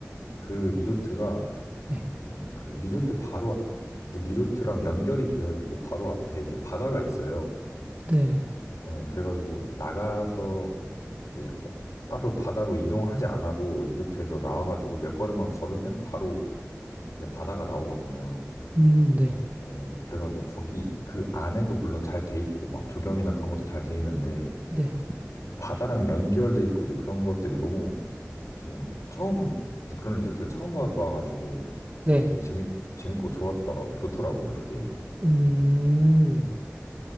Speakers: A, on the left; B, on the right.
A: 그 리조트가
B: 네.
A: 그 리조트 바로 앞- 이제 리조트랑 연결이 되어 있고 바로 앞에 이제 바다가 있어요.
B: 네.
A: 예, 그래가지고 나가서 이제 따로 바다로 이동하지 않아도 리조트에서 나와가지고 몇 걸음만 걸으면 바로 이제 바다가 나오거든요.
B: 음, 네.
A: 예, 그래가지고 거기 그 안에도 물론 잘 돼 있고 막 조경이나 그런 것도 잘 돼 있는데
B: 네.
A: 바다랑 연결돼 있고 이제 그런 것들이 너무 저는 처음 이제 그런 리조트를 처음 봐봐가지고
B: 네.
A: 되게 재밌, 재밌고 좋았더라, 좋더라고요, 그게.
B: 음.
A: 네.